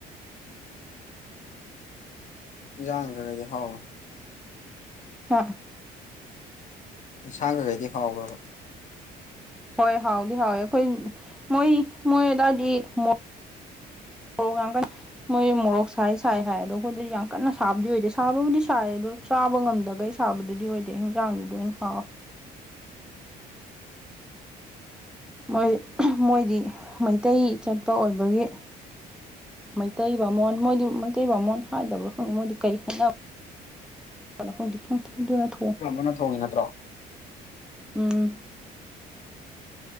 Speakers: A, on the left; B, in the centre.
A: ꯏꯟꯖꯥꯡꯒꯗꯤ ꯍꯥꯎꯔ‌ꯣ
B: ꯍꯥ
A: ꯏꯟꯁꯥꯡ ꯀꯈꯩꯗꯤ ꯍꯥꯎꯕ꯭ꯔꯕ
B: ꯍꯣꯏ ꯍꯥꯎꯗꯤ ꯍꯥꯎꯋꯦ ꯑꯩꯈꯣꯏ ꯃꯣꯏ ꯃꯣꯏ ꯑꯗꯥꯏꯗꯤ ꯃ‌ꯣ ꯔ‌ꯣꯛ ꯌꯥꯝ ꯀꯟ ꯃꯣꯏ ꯃꯣꯔꯣꯛ ꯁꯥꯏ ꯁꯥꯏ ꯍꯥꯏ ꯑꯗꯣ ꯑꯩꯈꯣꯏꯗꯤ ꯌꯥꯝ ꯀꯟꯅ ꯁꯥꯕꯗꯤ ꯑꯣꯏꯗꯦ ꯁꯥꯕꯕꯨꯗꯤ ꯁꯥꯏ ꯑꯗꯣ ꯆꯥꯕ ꯉꯝꯗꯒꯩ ꯁꯥꯕꯗꯨꯗꯤ ꯑꯣꯏꯗꯦ ꯍꯤꯟꯖꯥꯡꯗꯤ ꯂꯣꯏꯅ ꯍꯥꯎ ꯃꯣꯏ ꯃꯣꯏꯗꯤ ꯃꯩꯇꯩ ꯆꯠꯄ ꯑꯣꯏꯕꯒꯤ ꯃꯩꯇꯩ ꯕꯥꯃꯣꯟ ꯃꯣꯏꯗꯤ ꯃꯩꯇꯩ ꯕꯥꯃꯣꯟ ꯍꯥꯏꯗꯕ ꯃꯣꯏꯗꯤ ꯀꯔꯤ ꯍꯣꯠꯅꯕ꯫ ꯅ ꯐꯣꯡꯗꯤ ꯐꯪꯇꯗꯨꯅ ꯊꯣꯛꯣꯡꯑꯣ꯫
A: ꯅ ꯊꯣꯡꯉꯤ ꯅꯠꯇ꯭ꯔꯣ꯫
B: ꯎꯝ